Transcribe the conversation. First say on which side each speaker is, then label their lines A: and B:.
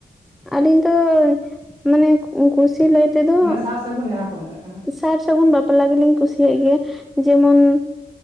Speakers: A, in the centre; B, on the right (about 25°).
A: ᱟᱹᱞᱤᱧ ᱫᱚ ᱢᱟᱱᱮ ᱠᱩᱥᱤ ᱞᱟ. ᱭ <unintelligible> ᱛᱮᱫᱚ
B: ᱢᱟᱱᱮ ᱥᱟᱨ ᱥᱟᱹᱜᱩᱱ ᱡᱟᱦᱟᱸ ᱠᱚ ᱢᱮᱛᱟᱜ ᱠᱟᱱᱟ
A: ᱥᱟᱨ ᱥᱟᱹᱜᱩᱱ ᱵᱟᱯᱞᱟ ᱜᱮᱞᱤᱧ ᱠᱩᱥᱤᱭᱟᱜ ᱜᱮᱭᱟ ᱡᱮᱢᱚᱱ